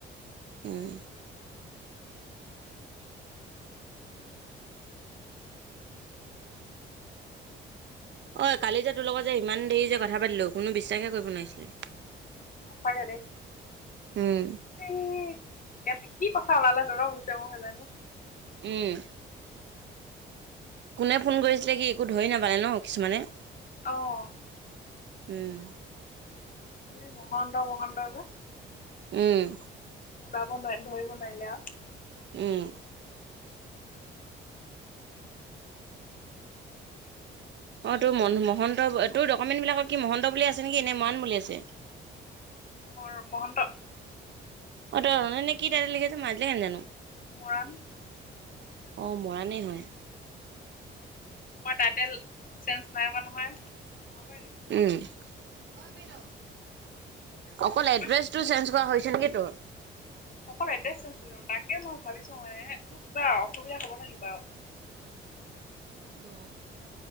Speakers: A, on the right; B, on the left.
A: উমঁ। অই কালি যে তোৰ লগত যে ইমান দেৰি যে কথা পাতিলো কোনো বিশ্বাসে কৰিব নোৱাৰিছিলে।
B: হঁচাকে দেই।
A: উম
B: এ' কে কি কথা ওলালে তহঁত হেনেকে <unintelligible>
A: উমঁ। কোনে ফোন কৰিছিলে কি একো ধৰি নাপালে ন' কিছুমানে।
B: অঁ',।
A: উম'।
B: দুই মহন্ত মহন্ত যে।
A: উমঁ।
B: ওলাব নোৱাৰে ধৰিব নোৱাৰিলে আৰু।
A: উমঁ। অ' তোৰ মহন্ত তোৰ ডকুমেণ্ট বিলাকত কি মহন্ত বুলি আছে নেকি নে মৰাণ বুলি আছে?
B: মোৰ মহন্ত।
A: অ' তই <unintelligible> কি টাইটেল লিখে যে মই অজিলেকে নাজানো?
B: মৰাণ।
A: অ' মৰাণেই হয়।
B: মই টাইটেল চেঞ্জ নাই কৰা নহয় মহন্তই <inaudible>
A: উমঁ, অকল
B: থৈছে।
A: এড্ৰেছটো চেঞ্জ কৰা হৈছে নেকি তোৰ?
B: অকল এড্ৰেছ চেঞ্জ কৰিলোঁ, তাকে মই ভাবিছো মানে মোৰ কিবা অসুবিধা হ'ব নেকি বাও?
A: তোৰ